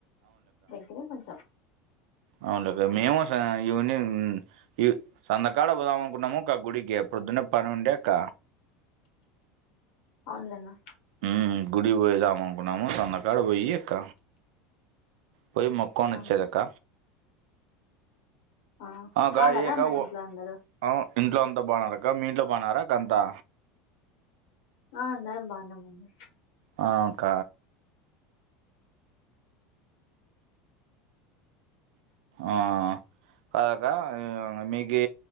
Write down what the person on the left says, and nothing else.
దగ్గరే కొంచెం
ఆ
అవునులేన్న
ఆ
ఆ
బాగున్నారా
అన్న ఇంట్లో
అందరూ
ఆ అందరం బాగున్నాం అన్న